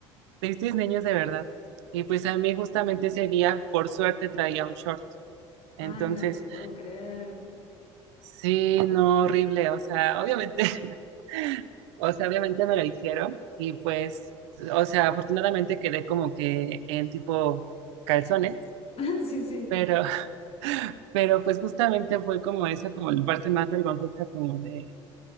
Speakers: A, on the right; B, on the left.
A: tristes niños de verdad. Y pues a mí justamente ese día, por suerte, traía un short. Entonces...
B: Ay, no te puedo creer.
A: Sí, no, horrible, o sea, obviamente, <laughs> o sea, obviamente me lo dijeron y pues, o sea, afortunadamente quedé como que en tipo calzones,
B: <laughs> Sí, sí.
A: pero, <laughs> pero pues justamente fue como esa, como la parte más vergonzosa como de,